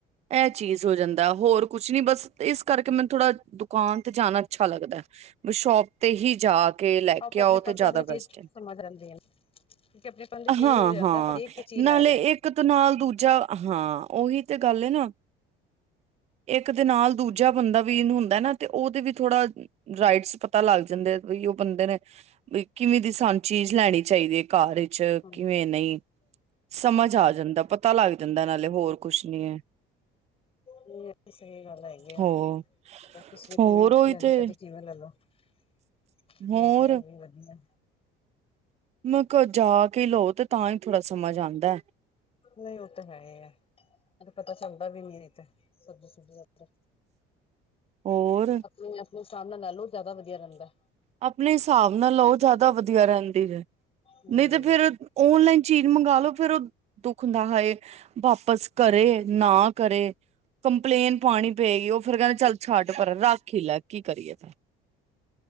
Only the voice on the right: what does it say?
ਐ ਚੀਜ਼ ਹੋ ਜਾਂਦਾ ਹੋਰ ਕੁਛ ਨੀ ਬਸ ਇਸ ਕਰਕੇ ਮੈਨੂੰ ਥੋੜਾ ਦੁਕਾਨ ਤੇ ਜਾਣਾ ਅੱਛਾ ਲੱਗਦਾ ਵੀ ਸ਼ੋਪ ਤੇ ਹੀ ਜਾ ਕੇ ਲੈ
ਕੇ
ਆਓ
ਤੇ ਜਾਦਾ
ਬੈਸਟ ਏ।
ਹਾਂ-ਹਾਂ
ਨਾਲੇ
ਇੱਕ ਤੇ ਇਕ ਤਾ ਨਾਲ ਦੂਜਾ ਹਾਂ ਉਹੀ ਤੇ ਗੱਲ ਏ ਨਾ। ਇੱਕ ਦੇ ਨਾਲ ਦੂਜਾ
ਬੰਦਾ ਵੀ ਇਨੂੰ ਹੁੰਦਾ ਨਾ ਤੇ ਉਦੇ ਵੀ ਥੋੜਾ ਰਾਈਟਸ ਪਤਾ ਲੱਗ ਜਾਂਦੇ ਬਈ ਓ ਬੰਦੇ ਨੇ ਵੀ ਕਿਵੇਂ ਦੀ ਸਾਨੂੰ ਚੀਜ਼ ਲੈਣੀ ਚਾਈਦੀ। ਘਾਰ 'ਚ
ਕਿਵੇਂ ਨਈ ਸਮਝ ਆ ਜਾਂਦਾ ਪਤਾ ਲੱਗ ਜਾਂਦਾ ਨਾਲੇ ਹੋਰ ਕੁਛ ਨੀ ਐ।
ਹੋ
ਹੋਰ ਉਹੀ
ਤੇ
ਹੋਰ
ਮੈਂ ਕੋ ਜਾ ਕੇ ਲਓ ਤੇ ਤਾਂ ਹੀ ਥੋੜਾ ਸਮਝ ਆਂਦਾ।
ਹੋਰ
ਆਪਣੇ ਹਿਸਾਬ ਨਾਲ ਲਓ ਜ਼ਿਆਦਾ ਵਧੀਆ ਰਹਿੰਦੀ ਹੈ
ਨੀ ਤੇ ਫੇਰ ਓਨਲਾਈਨ ਚੀਜ਼ ਮੰਗਾ ਲੋ ਫੇਰ ਉਹ ਦੁੱਖ ਹੁੰਦਾ ਹਾਏ। ਵਾਪਸ ਕਰੇ ਨਾ ਕਰੇ। ਕੰਪਲੇਨ ਪਾਣੀ ਪਏਗੀ ਉਹ ਫਿਰ ਕਹਿੰਦੇ ਚੱਲ ਛੱਟ ਪਰੇ ਰੱਖ ਹੀ ਲੈ ਕੀ ਕਰੀਏ ਫ